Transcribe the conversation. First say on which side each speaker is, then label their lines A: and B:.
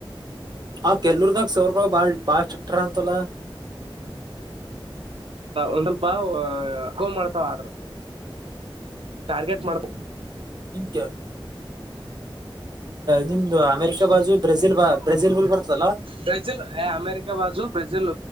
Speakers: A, on the right (about 45°); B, on the right (about 75°).
A: ಆ ಕೆಲ್ಲರ್ದಾಗ ಸರ್ಗಳು ಬಾಳ್ ಬಾಳ್ ಚಿಟ್ಟಾರ ಅಂತಲ್ಲ.
B: ಒಂದ್ ಸ್ವಲ್ಪ ಹ <unintelligible> ಮಾಡ್ತಾವ ಆದ್ರು. ಟಾರ್ಗೆಟ್ ಮಾಡತ
A: ಇಂಕ್ಯ. ನಿಮ್ದು ಅಮೇರಿಕ ಬಾಜು ಬ್ರೆಜಿಲ್ ಬ ಬ್ರೆಜಿಲ್ ಲ್ ಬರ್ತಲ್ಲಾ.
B: ಬ್ರೆಜಿಲ್ ಅಮೇರಿಕಾ ಬಾಜು ಬ್ರೆಜಿಲ್.